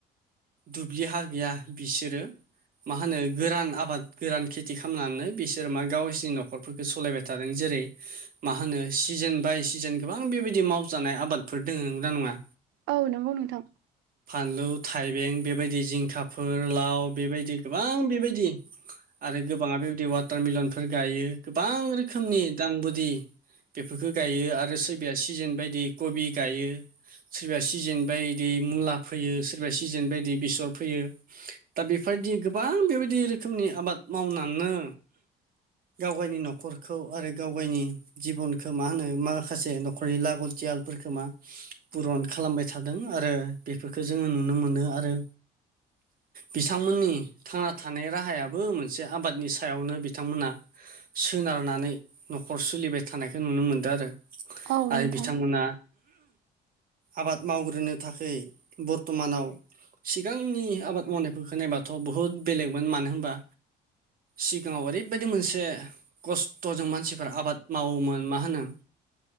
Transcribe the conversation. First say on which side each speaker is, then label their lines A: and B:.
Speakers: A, on the right; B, on the right.
A: दुब्लि हा गैया बिसोरो मा होनो गोरान आबाद गोरान खेथि खालामनानै बिसोर मा गावसोरनि नखरफोरखौ सालायबाय था थादों जेरै मा होनो सिजोन बाय सिजोन गोबां बेबायदि मावजानाय आबादफोर दङ नंना नङा
B: औ नंगौ नोंथां
A: फानलु थाइबें बेबायदि जिंखाफोर लाव बेबायदि गोबां बेबायदि आरो गोबाङा बेबायदि वाटारमलनफोर गायो गोबां रोखोमनि दां बदि बेफोरखौ गाइायो आरो सोरबाया सिजोन बायदि कबि गायो सोरबाया सिजेन बायदि मुला फैयो सोरबाया सिजेन बायदि बेसर फोयो दा बेफोरदि गोबां बेबायदि रोखोमनि आबाद मावनानै गाव गायनि न'खरखौ आरो गाव गायनि जिबनखो मा होनो माखासे न'खरनि लागल थियालफोरखो मा पुरन खालामबाय थादों आरो बेफोरखौ जोङो नुनो मोनो आरो बिथांमोननि थांना थानाय राहायाबो मोनसे आबादनि सायावनो बिथांमोना सोनार थानानै न'खर सोलिबाय थानायखौ नुनो मोनदों आरो
B: औ
A: आरो
B: नोंथां
A: बिथांमोना आबाद मावग्रोनो थाखाय बर्थ'मानाव सिगांनि आबाद मावनायफोर खोनायबाथ' बुहुत बेलेगमोन मानो होनबा सिगाङाव ओरैबायदि मोनसे खस्थ'जों मानसिफ्रा आबाद मावोमोन मा होनो